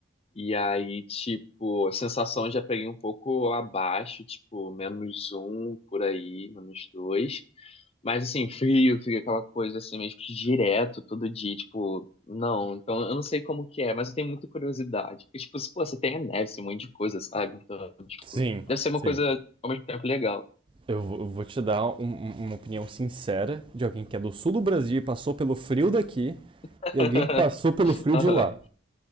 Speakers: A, on the left; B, on the right.
A: E aí, tipo, a sensação eu já peguei um pouco abaixo, tipo, menos um por aí, menos dois. Mas assim, frio, fica aquela coisa assim, meio que direto, todo dia, tipo, não, então eu não sei como que é, mas eu tenho muita curiosidade. Porque, tipo, se, pô, você tem a neve, esse monte de coisa, sabe? Então, tipo,
B: Sim,
A: deve ser uma
B: sim.
A: coisa ao mesmo tempo legal.
B: Eu vou eu vou te dar um- um- uma opinião sincera de alguém que é do sul do Brasil e passou pelo frio daqui
A: <laughs>
B: e alguém que passou pelo frio
A: Aham.
B: de lá.